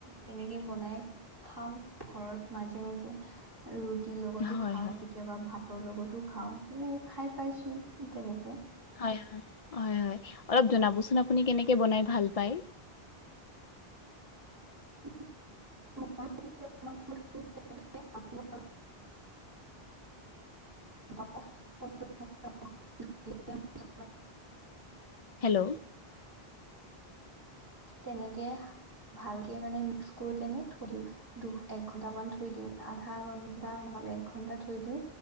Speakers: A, on the right (about 20°); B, on the left (about 50°).
A: তেনেকে বনাই খাও ঘৰত মাজে-মাজে ৰুটিৰ লগতো
B: হয়
A: খাও
B: হয়
A: কেতিয়াবা ভাত। ভাতৰ লগতো খাও, তো খাই পাইছো তেনেকে
B: হয়-হয়-হয়-হয় অলপ জনাব চোন আপুনি কেনেকে বনাই ভাল পায়।
A: <unintelligible> <unintelligible> অ, অ। <unintelligible>
B: হেল্ল'।
A: তেনেকে ভালকে মানে মিক্স কৰি কেনে থৈ দিও। দু, এক ঘন্টামান থৈ দিও। আধা ঘন্টা নহ'লে এক ঘন্টা থৈ দিও।